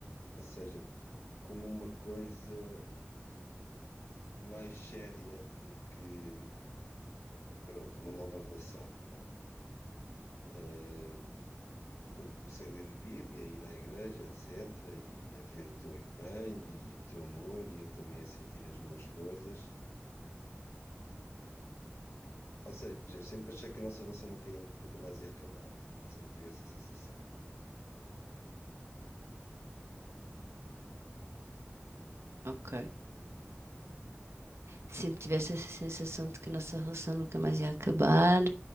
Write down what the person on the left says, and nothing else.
ou seja, como uma coisa mais séria do que, pronto, uma nova relação. vá. Eh, quando comecei a ler a Bíblia, a ir à igreja, etc., e a ver o teu empenho e o teu amor, e eu também a sentir as minhas coisas. Ou seja, eu sempre achei que a nossa relação nunca, ia- nunca mais ia acabar. Sempre tive essa sensação.